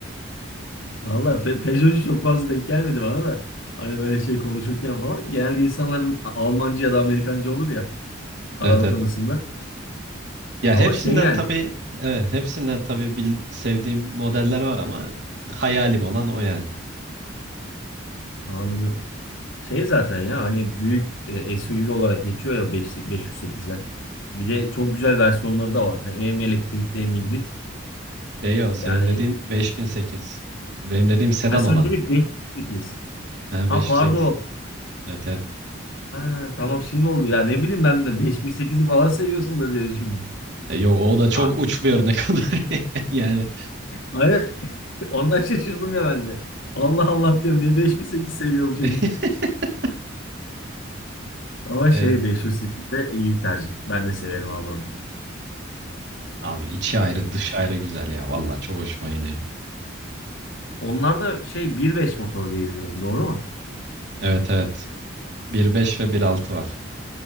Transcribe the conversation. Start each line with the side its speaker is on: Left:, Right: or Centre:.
Left: Valla Pe Peugeot'cu çok fazla denk gelmedi bana da. Hani böyle şey konuşurken falan. Genelde insanların A- Almancı ya da Amerikancı olur ya araba
Right: Evet evet.
Left: konusunda.
Right: Ya
Left: Ama
Right: hepsinden
Left: şey yani
Right: tabii evet, hepsinden tabii bil- sevdiğim modeller var ama hayalim olan o yani.
Left: anladım. Şey zaten ya hani büyük e, SUV olarak geçiyor ya 5, 508'ler. Bir de çok güzel versiyonları da var. Ha, hem elektrikli hem hibrit.
Right: Ya yo senin
Left: Yani
Right: dediğin 5008. Benim dediğim sedan
Left: ha sen
Right: olan.
Left: direkt 508.
Right: Ha
Left: Ha
Right: 508.
Left: pardon.
Right: Evet evet.
Left: Ha, tamam şimdi oldu ya ne bileyim ben de 5008'i falan seviyorsundur diye düşündüm.
Right: E, yok o da çok
Left: Ha,
Right: uç bir örnek olur. <laughs> Yani
Left: Hayır, Ondan şaşırdım ya ben de. Allah Allah diyorum niye 5008 seviyor bu çocuk.
Right: <laughs>
Left: Ama
Right: E,
Left: şey 508 de iyi bir tercih. Ben de severim abi onu.
Right: abi içi
Left: Şey,
Right: ayrı dışı ayrı güzel ya. Valla çok hoşuma gidiyor.
Left: onlar da şey 1.5 motor diye biliyorum doğru mu?
Right: Evet evet. Bir nokta beş ve bir nokta altı var.